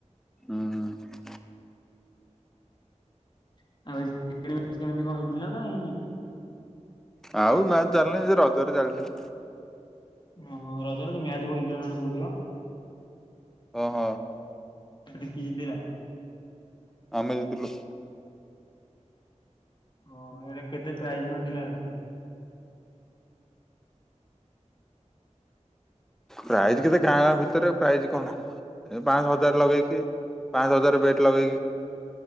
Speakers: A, in the centre; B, on the left (about 40°).
A: ହୁଁ।
B: <unintelligible> କେମିତି କଣ ହେଇଥିଲା ନା ହେଇନି।
A: ଆଉ ମ୍ୟାଚ ଚାଲିନି ସେ ରଜରେ ଚାଲିଥିଲା।
B: ଓହୋ ରଜ ରେ ଗୋଟେ ମ୍ୟାଚ୍ ପକେଇଥିଲ ନା କଣ କହୁଥିଲ।
A: ଓହ।
B: ସେଟି କି ଥିଲା?
A: ଆମେ ଜିତିଲୁ।
B: ହଁ ସେଟା କେତେ ପ୍ରାଇଜି କଣ ଥିଲା ଟା।
A: ପ୍ରାଇଜି କେତେ ଗାଁ ଗାଁ ଭିତରେ। ପ୍ରାଇଜି କଣ? ଏ ପାଆସ ହଜାର ଲଗେଇକି ପାଆସ ହଜାର ବେଟ୍ ଲଗେଇକି।